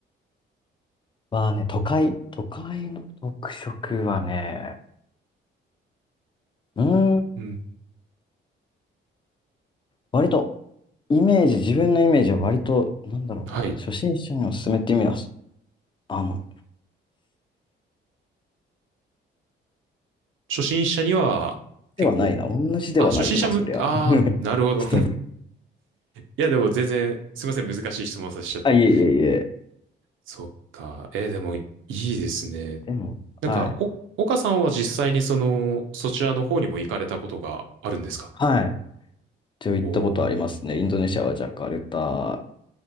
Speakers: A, on the left; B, on the right.
A: はね、都会、都会の特色はね、うーん、
B: うん。
A: 割とイメージ、自分のイメージは割と、なんだろうな、
B: はい。
A: 初心者におすすめっていう意味は、あの、
B: 初心者には結構、
A: ではないな、同じではないよな、
B: あ、初心者向け、
A: そりゃ。
B: ああ、
A: <laughs>
B: なるほど。
A: ちょっと待って
B: <laughs> いや、でも全然、すいません、難しい質問させちゃって。
A: あ、いえいえいえ。
B: そっか。えーでもいいですね。
A: でも、
B: なんか、
A: はい。
B: お、岡さんは実際にその、そちらの方にも行かれたことがあるんですか
A: はい。一応行ったことありますね。
B: おー。
A: インドネシアはジャカルタ